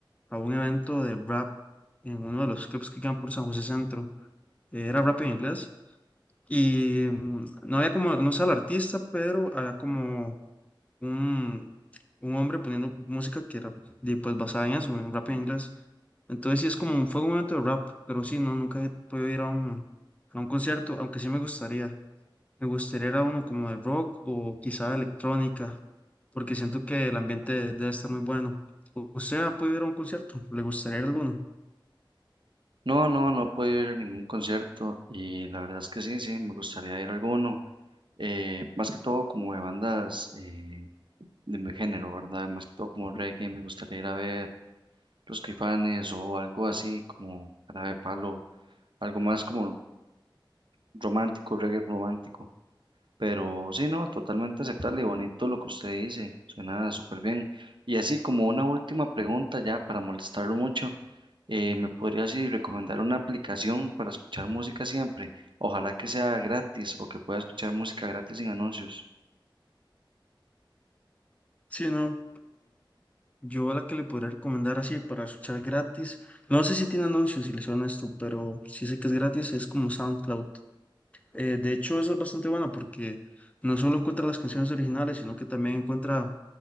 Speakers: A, on the left (about 15°); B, on the right (about 70°).
A: a un evento de rap en uno de los clubs que quedan por San José Centro. Eh, Era rap en inglés Y mm, no había como, no sé al artista, pero había como un, un hombre poniendo música que era de, pues basada en eso, en rap en inglés. Entonces sí es como, un- fue un momento de rap, pero sí, no, nunca he podido ir a un, a un concierto, aunque sí me gustaría. Me gustaría ir a uno como de rock o quizá de electrónica, porque siento que el ambiente debe estar muy bueno. ¿U- ¿Usted ha podido ir a un concierto? ¿Le gustaría ir a alguno?
B: No, no, no puedo ir a ningún concierto y la verdad es que sí, sí, me gustaría ir a alguno. eh, más que todo como de bandas eh, de mi género, ¿verdad? Más que todo como reggae, me gustaría ir a ver Los Caifanes o algo así como Jarabe de Palo algo más como romántico, reggae romántico. Pero sí, no, totalmente aceptable y bonito lo que usted dice, suena súper bien. Y así como una última pregunta ya para molestarlo mucho, eh, ¿me podría así recomendar una aplicación para escuchar música siempre? Ojalá que sea gratis o que pueda escuchar música gratis sin anuncios.
A: Sí, no. Yo la que le podría recomendar así para escuchar gratis, no sé si tiene anuncios si le suena esto, pero sí sé que es gratis, es como SoundCloud. Eh, de hecho, eso es bastante bueno porque no solo encuentra las canciones originales, sino que también encuentra